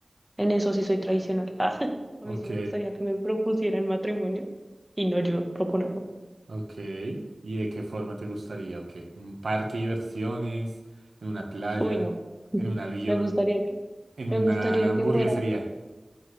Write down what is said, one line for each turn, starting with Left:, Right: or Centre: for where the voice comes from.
Centre: en eso sí soy tradicional. <laughs> Ah,
Right: Ok.
Centre: a mí sí me gustaría que me propusieran matrimonio y no yo proponerlo.
Right: Ok. ¿Y de qué forma te gustaría? Ok. ¿En un parque de diversiones? ¿En una playa?
Centre: Uy, no,
Right: ¿En un avión?
Centre: me gustaría que,
Right: ¿En
Centre: me
Right: una
Centre: gustaría
Right: hamburguesería?
Centre: que fuera.